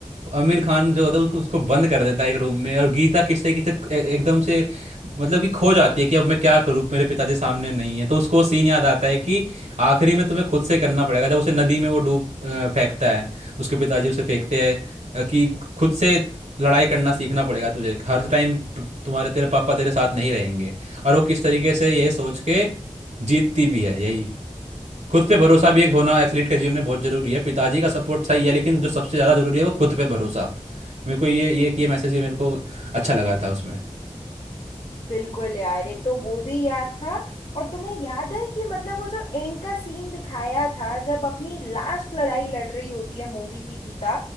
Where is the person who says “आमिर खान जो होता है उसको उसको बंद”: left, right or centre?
Right